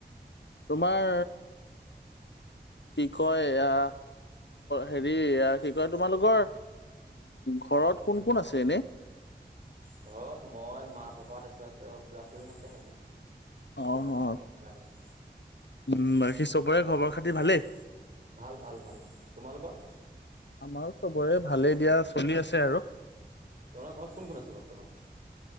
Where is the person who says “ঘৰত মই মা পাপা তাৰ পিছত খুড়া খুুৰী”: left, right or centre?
Right